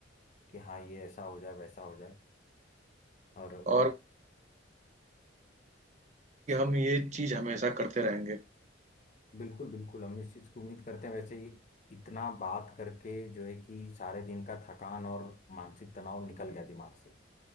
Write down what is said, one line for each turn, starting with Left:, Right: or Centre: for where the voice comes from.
Left: कि हाँ ये ऐसा हो जाए वैसा हो जाए और
Right: और कि हम ये चीज हमेशा करते रहेंगे
Left: बिल्कुल बिल्कुल हम इस चीज़ की उम्मीद करते हैं वैसे ही इतना बात करके जो है कि सारे दिन का थकान और मानसिक तनाव निकल गया दिमाग से